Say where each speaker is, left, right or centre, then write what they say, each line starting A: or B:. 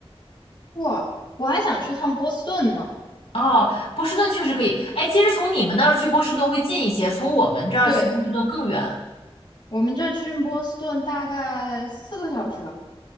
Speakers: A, on the left; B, on the left.
A: 哇，我还想去趟波士顿呢。
B: 哦，波士顿确实可以。哎，其实从你们那儿去波士顿会近一些，从我们这儿去波士顿更远。
A: 对，我们这去波士顿大概四个小时。